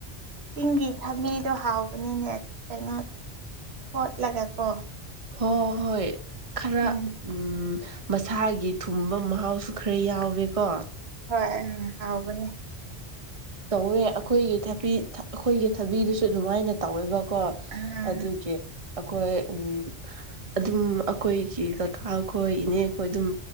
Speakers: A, on the right; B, on the right.
A: ꯆꯤꯡꯒꯤ ꯊꯕꯤꯗꯣ ꯍꯥꯎꯕꯅꯤꯅꯦ ꯀꯩꯅꯣ ꯊꯣꯠꯂꯒꯀꯣ
B: ꯍꯣꯏ ꯍꯣꯏ ꯈꯔ
A: ꯎꯝ
B: ꯎꯝ ꯃꯁꯥꯒꯤ ꯊꯨꯝꯕ ꯃꯍꯥꯎꯁꯨ ꯈꯔ ꯌꯥꯎꯋꯦꯀꯣ
A: ꯍꯣꯏ ꯎꯝ ꯍꯥꯎꯕꯅꯤ
B: ꯇꯧꯋꯦ ꯑꯩꯈꯣꯏꯒꯤ ꯊꯕꯤ ꯑꯩꯈꯣꯏꯒꯤ ꯊꯕꯤꯗꯨꯁꯨ ꯑꯗꯨꯃꯥꯏꯅ ꯇꯧꯋꯦꯕꯀꯣ
A: ꯑꯥ
B: ꯑꯗꯨ ꯑꯩꯈꯣꯏ ꯎꯝ ꯑꯗꯨꯝ ꯑꯩꯈꯣꯏꯒꯤ ꯀꯀꯥ ꯑꯩꯈꯣꯏ ꯏꯅꯦ ꯑꯩꯈꯣꯏ ꯑꯗꯨꯝ